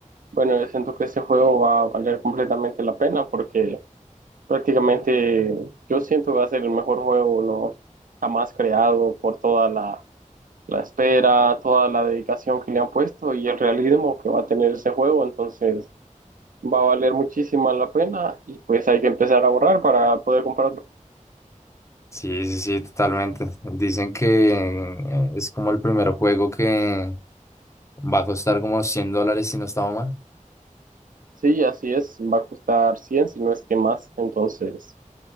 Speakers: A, on the right; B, on the left.
A: bueno, yo siento que ese juego va a valer completamente la pena porque... Prácticamente yo siento que va a ser el mejor juego no jamás creado por toda la, la espera, toda la dedicación que le han puesto y el realismo que va a tener ese juego. Entonces va a valer muchísima la pena y pues hay que empezar a ahorrar para poder comprarlo.
B: Sí, sí, sí, totalmente. Dicen que eh, es como el primer juego que va a costar como 100 dólares si no estaba mal.
A: Sí, así es, va a costar 100 si no es que más. Entonces,